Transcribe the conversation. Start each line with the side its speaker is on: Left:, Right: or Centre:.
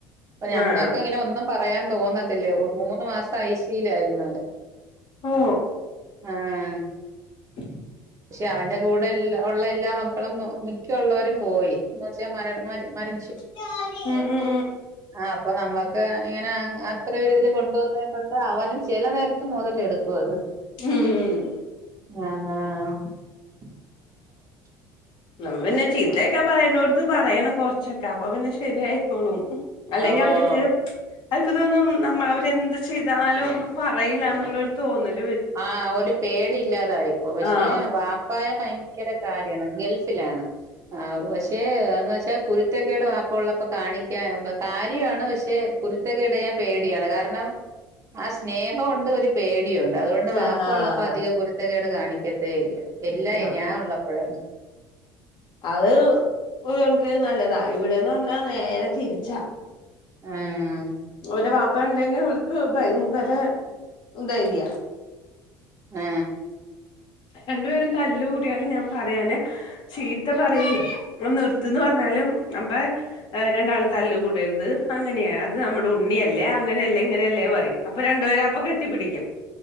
Right: അപ്പൊ ഞങ്ങൾക്ക്
Left: ആഹ്
Right: ഇങ്ങനെ ഒന്നും പറയാൻ തോന്നത്തില്ലേ ഒരു മൂന്ന് മാസം അഐശയിലായിരുന്നു
Left: ഓ
Right: ആം
Left: <unintelligible>
Right: പക്ഷെ അവന്റെ കൂടെ എല്ലാ ഉള്ള എല്ലാ മക്കളും മിക്കുള്ളവരും പോയി എന്ന് വെച്ചാൽ മ മ
Left: <unintelligible>
Right: ആ അപ്പൊ നമ്മുക്ക് ഇങ്ങനെ അത്രരി ഇതിൽ കൊണ്ട പോുന്നതിനെ കൊണ്ട് അവനും ചില നേരത്തെ മുതല എടുക്കും അത്
Left: ഉം
Right: ആഹ <inaudible>
Left: നമ്മ പിന്നെ ചീത്തയൊക്കെ പറയേണ്ട കൊടുത്ത് പറയണം കൊറച്ചൊക്കെ അപ്പൊ പിന്നെ ശരിയായിക്കോളും അല്ലെങ്കിൽ
Right: ഓ
Left: അവർക്ക് അവർക്ക് തോന്നും നമ്മൾ അവരെന്ത് ചെയ്താലും ഒന്നും പറയില്ല എന്നുള്ളരു തോന്നില്ല
Right: ആഹ ഒരു പേടി ഇല്ലാതായിപ്പോ പക്ഷെ
Left: ആഹ്
Right: വാപ്പ് ായ ഭയങ്കര കാര്യമാണ് ഗൾഫിലാണ്. ആ പക്ഷെ എന്ന വച്ചാ കുരുത്തക്കട് പാപ്പ ഉള്ളപ്പോൊ കാണിക്കാൻ കാര്യമാണ് പക്ഷെ കുരുത്തക്കേട് ചെയ്യാൻ പേടിയാണ് കാരണം ആ സ്നേഹം ഉണ്ട് ഒരു പേടിയുണ്ട് ണ്ട് പാപ്പ
Left: ആഹ് ആഹ്
Right: ഉള്ളപ്പോ അധികം പരുത്തകേട് കാണിക്കത്തേ ഇല്ല എല്ലാ
Left: ആഹ്
Right: ഞാൻ ഉള്ളപ്പോഴാണ്
Left: അത് ഒരു കണക്കിന് നല്ലതാ ഇവിടെന്ന് പറഞ്ഞാ നേരെ തിരിച്ചാ
Right: ആഹ്
Left: ഓന്റെ വാപ് പ്പ ഇണ്ടെങ്കിൽ ഓൽക്ക് ഭയങ്കര ധൈര്യാ
Right: ആ
Left: രണ്ടു പേരും തല്ലുകൂടിയാലും ഞാൻ പറയാനെ ചീത്ത പറയിൽ അത് നിർത്ത്ന്ന് പറഞ്ഞ ഞാലും അപ്പൊ രണ്ടാളും തല്ല് കൂടരുത് അങ്ങനെയാ അത് നമ്മുടെ ഉണ്ണിയല്ലേ അങ്ങനെയല്ലെ ഇങ്ങനെയല്ലേ പറയും അപ്പൊ രണ്ടുപേരുംഅപ്പൊ കെട്ടിപ്പിടിക്കും